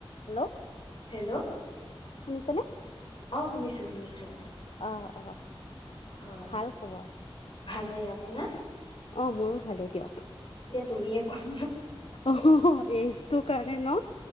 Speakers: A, on the left; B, on the left.
A: হেল্ল'।
B: হেল্ল'।
A: শুনিছেনে?
B: অ শুনিছোঁ শুনিছোঁ।
A: অ অ।
B: অ
A: ভাল খবৰ।
B: ভালেই অ। শুনা।
A: অ মোৰো ভালেই দিয়ক।
B: তুমিয়ে ক'ম
A: অহ হ এজটো কাৰণে ন?